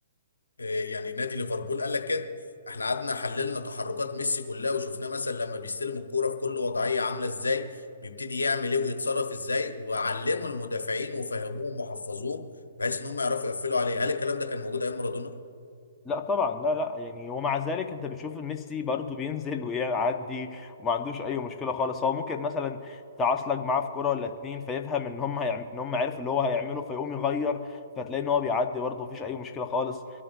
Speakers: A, on the left; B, on the left.
A: آه، يعني نادي ليفربول قال لك كده احنا قعدنا حللنا تحركات ميسي كلها وشفناه مثلا لما بيستلم الكرة في كل وضعية عاملة ازاي بيبتدي يعمل ايه ويتصرف ازاي وعلموا المدافعين وفهموهم وحفظوهم بحيث ان هم يعرفوا يقفلوا عليه هل الكلام ده كان موجود ايام مارادونا؟
B: لا طبعا لا لا يعني ومع ذلك انت بتشوف ميسي برضه بينزل ويعدي وما عندوش اي مشكله خالص هو ممكن مثلا تعصلك معاه في كوره ولا اتنين فيفهم ان هم هيعم... ان هم عارف اللي هو هيعمله فيقوم يغير فتلاقي ان هو بيعدي برضه مفيش اي مشكله خالص